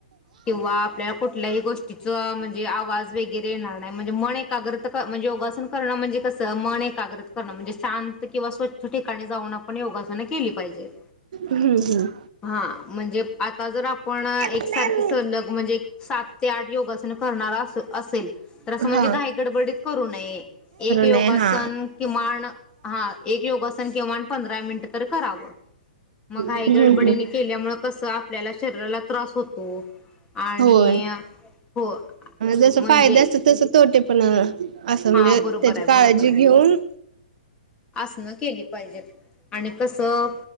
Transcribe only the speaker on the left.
किंवा आपल्याला कुठल्याही गोष्टीचा म्हणजे आवाज वगैरे येणार नाही म्हणजे मन एकाग्र म्हणजे योगासन करण म्हणजे कसं मन एकाग्र करणं म्हणजे शांत किंवा स्वच्छ ठिकाणी जाऊन आपण योग केली पाहिजेत.
हा म्हणजे आता जर आपण
एकसारखी सलग म्हणजे सात ते आठ योगासन करणार. अस असेल. तर असं
म्हणजे काही गडबडीत करू नये एक योगासन
किमान हा एक योगासन केवन पंधरा मिनिट तर करावं. मग घाई
गडबडीने
केल्यामुळे कसं आपल्याला शरीराला त्रास होत. हो आणि
हो
म्हणजे
हा
बरोबर
आहे
बरोबर आहे
आसनं केली पाहिजेत आणि कसं